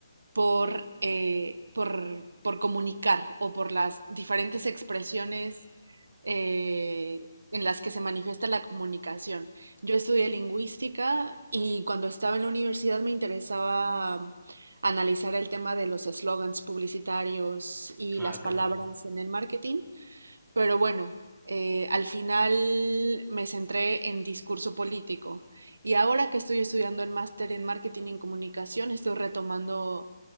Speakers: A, on the right; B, in the centre.
A: por, eh, por, por comunicar o por las diferentes expresiones eh, en las que se manifiesta la comunicación. Yo estudié lingüística y cuando estaba en la universidad me interesaba mm, analizar el tema de los eslogans publicitarios y
B: Ah,
A: las palabras
B: qué bueno.
A: en el marketing, pero bueno, eh, al final me centré en discurso político y ahora que estoy estudiando el máster en marketing y comunicación, estoy retomando